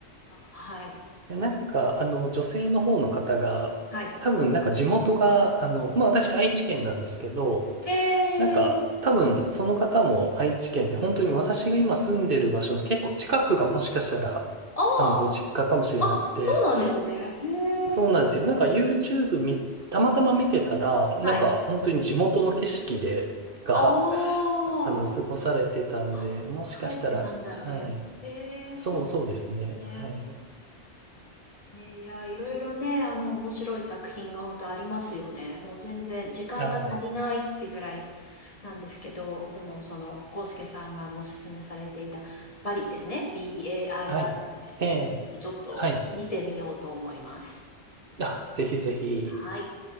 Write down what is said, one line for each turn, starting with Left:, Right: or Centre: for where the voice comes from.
Left: はい。
Right: やなんか、あの、女性の方の方が、
Left: はい。
Right: 多分、なんか地元が、あの、まあ、私、愛知県なんですけど、
Left: へえ、
Right: なんか、多分、その方も愛知県で、本当に私が今住んでる場所の結構近くがもしかしたら、
Left: あ
Right: あの、ご実家かもしれなくて、
Left: ああ、そうなんですね。へ
Right: そうなんですよ。
Left: え、
Right: なんか YouTube み、たまたま見てたら、なんか本当に地元の景色で、
Left: はい。
Right: が、
Left: ああ
Right: ああの、過ごされてたんで、
Left: あ、
Right: もしかしたら、
Left: 帰ってたんだ、
Right: はい。
Left: みたいな。へえ、
Right: そう、
Left: そうですね。
Right: そうですね。はい。
Left: ね、いや、いろいろね、あの、面白い作品が本当ありますよね。もう全然時間が足りないってぐらいなんですけど、
Right: はい。
Left: でもその、コウスケさんがあの、おすすめされていたバリーですね。B-A-R-R-Y
Right: はい。
Left: ですね。
Right: ええはい。
Left: ちょっと見てみようと思います。
Right: あ、ぜひぜひ。
Left: はい。